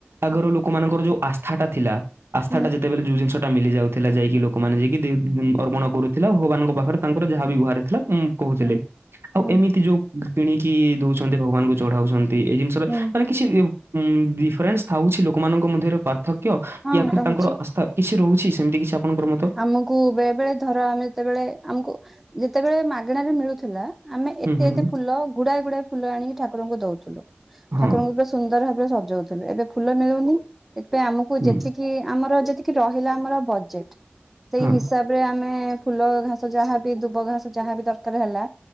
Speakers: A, on the right; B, in the centre.
A: ଆଗର ଲୋକମାନଙ୍କର ଯୋଉ ଆସ୍ଥା ଟା ଥିଲା। ଆସ୍ଥାଟା
B: ହୁଁ
A: ଯେତେବେଳେ ଯୋଉ ଜିନିଷ ଟା ମିଲି ଯାଉଥିଲା ଯାଇକି ଲୋକମାନେ ଯାଇକି ଦେ ଦ ଅର୍ପଣ କରୁଥିଲା ଭଗବାନଙ୍କ ପାଖରେ ତାଙ୍କର ଯାହାବି ଗୁହାର ଥିଲା ଉଁ କୋହୁଥିଲେ
B: ହୁଁ
A: ଆଉ
B: ହୁଁ
A: ଏମିତି ଯୋଉ କିଣିକି ଦୋଉଛନ୍ତି ଭଗବାନଙ୍କୁ ଚଢାଉଛନ୍ତି ଏଇ ଜିନିଷ ରେ
B: ହୁଁ
A: ମାନେ କିଛି ଡିଫ୍ରେନ୍ସ ଥାଉଛି ଲୋକମାନଙ୍କ ମଧ୍ୟରେ ପ୍ରା ଥକ୍ୟ
B: ହଁ
A: ୟାଫିର୍
B: ରହୁଛି
A: ତାଙ୍କର ଆସ୍ଥା କିଛି ରହୁଛି ସେମିତି କିଛି ଆପଣଙ୍କର ମତ?
B: ଆମକୁ ବେଳେବେଳେ ଧର ଆମେ ଯେତେବେଳେ ଆମକୁ ଯେତେବେଳେ ମାଗଣା ରେ ମିଳୁଥିଲା ଆମେ
A: ହୁଁ
B: ଏତେ
A: ହୁଁ
B: ଏତେ
A: ହୁଁ
B: ଫୁଲ ଗୁଡାଏ ଗୁଡାଏ ଫୁଲ ଆଣିକି ଠାକୁରଙ୍କୁ ଦୋଉଥୁଲୁ।
A: ହଁ
B: ଠାକୁରଙ୍କୁ ଏବେ ସ ସୁନ୍ଦର ଭାବରେ ସଜାଉଥିଲୁ ଏବେ ଫୁଲ ମିଳୁନି ସେଥିପାଇଁ ଆମକୁ
A: ହୁଁ
B: ଯେତିକି କି ଆମର ଯେତିକି ରହିଲା ଆମର ବଜେଟ। ସେଇ
A: ହଁ
B: ହିସାବ ରେ ଆମେ ଫୁଲ ଘାସ ଯାହାବି ଦୁବ ଘାସ ଯାହାବି ଦରକାର ହେଲା